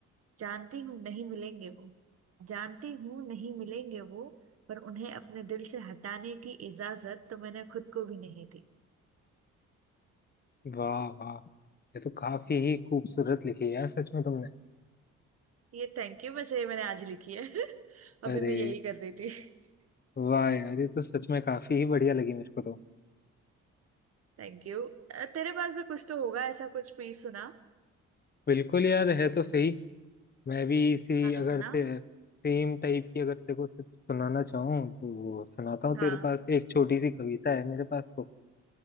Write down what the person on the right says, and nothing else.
जानती हूँ नहीं मिलेंगे वो जानती हूँ नहीं मिलेंगे वो पर उन्हें अपने दिल से हटाने की इजाजत तो मैंने खुद को भी नहीं दी
ये थैंक यू वैसे ये मैंने आज लिखी है <laughs> अभी
मैं यही कर रही थी
<laughs> Thank you तेरे पास भी कुछ तो होगा ऐसा कुछ प्लीज सुना
हाँ तो
सुना
हाँ